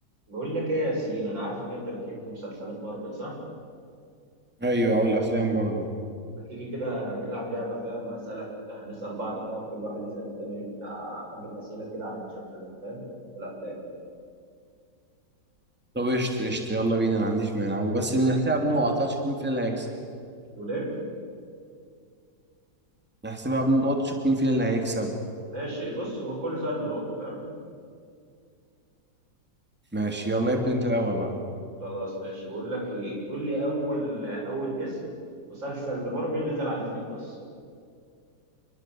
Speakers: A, on the right; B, in the centre.
A: بقول لك ايه يا ياسين انا عارف ان انت بتحب مسلسلات مارفل صح
B: ايوه او الافلام برضو
A: ما تيجي كده نلعب لعبه فاهم هسالك هنسال بعض فاهم كل واحد يسال التاني بتاع حبه اسئله كده عن المسلسلات فاهم والافلام
B: طب قشطة قشطة يلا بينا انا ما عنديش مانع وبس نحسبها بنقط هنشوف مين فينا اللي هيكسب
A: تقول ايه
B: نحسبها بنقط نشوف مين فينا اللي هيكسب
A: ماشي بص هو كل سؤال بنقطه فاهم
B: ماشي يلا ابدا انت الاول بقى
A: خلاص ماشي بقول لك ايه قول لي اول اول اسم مسلسل مارفل نزل على ديزني بلس